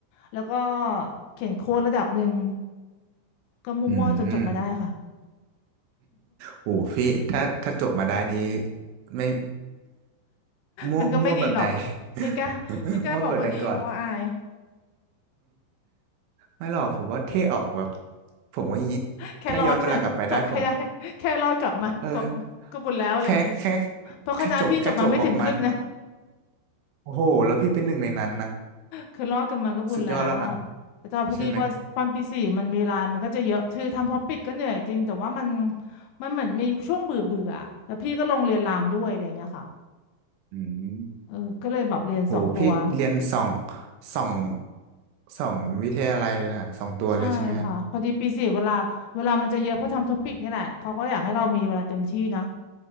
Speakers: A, on the left; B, on the right.
A: แล้วก็เขียนโค้ดระดับหนึ่งก็มั่วๆจนจบมาได้ค่ะ
B: อืมโอ้พี่ถ้าถ้าจบมาได้นี้ไม่ <laughs> มั่วมั่วแบบใด
A: มันก็ไม่ดีหรอกไม่กล้าไม่กล้าบอกว่าดีเพราะว่าอาย
B: <laughs> มั่วแบบใดก่อนไม่หรอกผมว่าเท่ออกแบบผมว่าอย่างนี้ถ้าย้อนเวลากลับไปได้ผม
A: แค่รอดใช่ไหมจบแค่ได้ <laughs> แค่รอดกลับมากลับก็บุญแล้วอะไรอย่างนี้
B: เออแค่แค่
A: เพราะคณะพี่จบมาไม่ถึงครึ่งนะ
B: แค่จบแค่จบออกมาโอ้โหแล้วพี่เป็นหนึ่งในนั้นนะ
A: คือรอดกลับมาก็บุญแล้ว
B: สุดยอดแล้วนะ
A: แต่ตอนพอดีพอตอนปีสี่มันเวลามันก็จะเยอะคือทำพอปิดก็เหนื่อยจริงแต่ว่ามัน
B: ใช่ไหม
A: มันเหมือนมีช่วงเบื่อเบื่อแล้วพี่ก็ลงเรียนรามด้วยอะไรอย่างเงี้ยค่ะ
B: อืม
A: เออก็เลยแบบเรียนสองตัว
B: โหพี่เรียนสองสองสองวิทยาลัยเลยนะสองตัวเลยใช่ไหมฮะ
A: ใช่ค่ะพอดีปีสี่เวลาเวลามันจะเยอะเพราะทำท็อปิกนี่แหละเขาก็อยากให้เรามีเวลาเต็มที่นะ